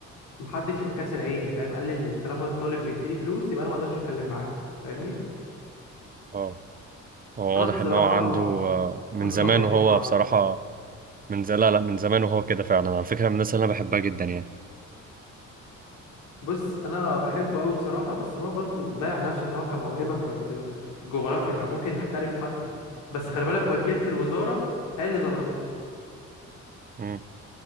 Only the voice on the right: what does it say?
اه هو
واضح
ان هو عنده آه، من
زمان
وهو
بصراحة من ز... لا لا من زمان وهو كده فعلا على فكرة من الناس اللي انا بحبها جدا يعني
مم.